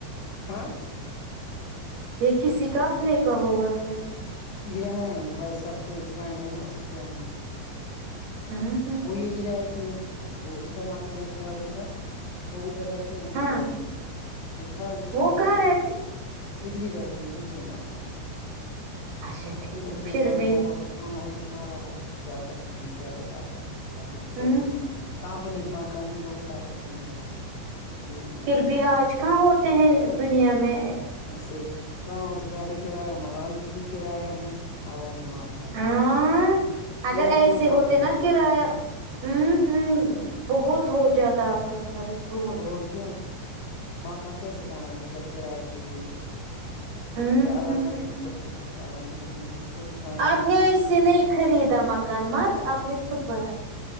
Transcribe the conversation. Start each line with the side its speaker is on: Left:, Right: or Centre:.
Left: ہاں
Right: یہ کسی کا آپنے کاہوگا پھر
Left: یہ ہے بھائی صاحب کا فرینڈ ہے نا اس کی بہن کا
Right: ہمم
Left: وہ یہی رہ تھے اس کا ماں کا نے کھا لی تھا وہ ادھر رہ ہم
Right: ہاں
Left: ادھر رہتے یہ خالی تھا اس
Right: وہ
Left: نے
Right: کہاں
Left: بولا
Right: رہتی
Left: ادھر رہتی ہیں دوسرے ماکان میں
Right: اچھا ٹھیک
Left: اس نے
Right: پھر
Left: کہا
Right: بھی
Left: رہو ہاں اس نے کہا رہا ہو جب تک جی جائے تب تک رہو
Right: ہ
Left: یہ تک کام پلیٹم کا نہیں ہوگا تو اب تک نہیں جانا اس لیے ادھر
Right: پھر
Left: ہے
Right: بھی آج کہاں ہوتے ہیں دنیا میں
Left: ایسے کہاں ہوتے پہلے کرایہ اتنی کرایہ ہے اللہ ہی معاف کرے
Right: ہ اگر
Left: ایک
Right: ایسے
Left: دو کمرے
Right: ہوتے نا
Left: کا
Right: کرایہ ہوں ہوں بہت ہو جاتا آپ کا خرچ بہت
Left: اور کیا مکان کیسے بناتے جب کراے پہ دیتے
Right: ہ ہ
Left: اللہ کا شکر ہے اس اللہ نے ہمیں کبھی باند
Right: آپ
Left: نہیں
Right: نے
Left: کی اسیے
Right: ایسے
Left: کیا
Right: نہیں خریدا مکان مت آپ نے خود بنایا